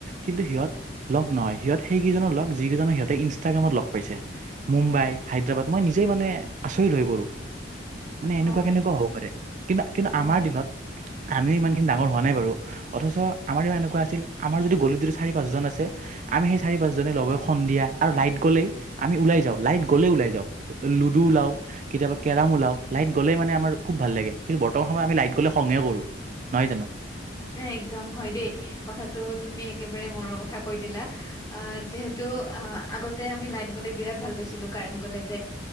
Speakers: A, on the right (about 40°); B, on the left (about 20°).
A: কিন্তু সিহঁত লগ নহয়। সিহঁত সেইকেইজনৰ লগ যিকেইজনৰ সিহঁতে ইনষ্টাগ্ৰামত লগ পাইছে। মুম্বাই, হায়দৰাবাদ, মই নিজেই মানে আচৰিত হৈ পৰো। মানে
B: হয়
A: এনেকুৱা, কেনেকুৱা হ'ব পাৰে? কিন্তু- কিন্তু
B: উম
A: আমাৰ দিনত, আমিও ইমানখিনি ডাঙৰ হোৱা নাই বাৰু। অথচ, আমাৰ এনেকুৱা আছিল, আমাৰ যদি গলিটোত যদি চাৰি পাঁচজন আছে। আমি সেই চাৰি, পাঁচজনে লগ, সন্ধিয়া আৰু লাইট গ'লে আমি ওলাই যাওঁ, লাইট ওলাই যাওঁ। লুডু ওলাও কেতিয়াবা কেৰাম ওলাও। লাইট গ'লেই মানে আমাৰ খুব ভাল লাগে। কিন্তু বৰ্তমান সময়ত আমি লাইট গ'লে খংহে কৰো। নহয় জানো?
B: একদম হয় দেই। কথাটো তুমি একেবাৰে মনৰ কথা কৈ দিলা। অ, যিহেতু আগতে আমি লাইট গ'লে বিৰাট ভাল পাইছিলো। কাৰেণ্ট গ'লে যে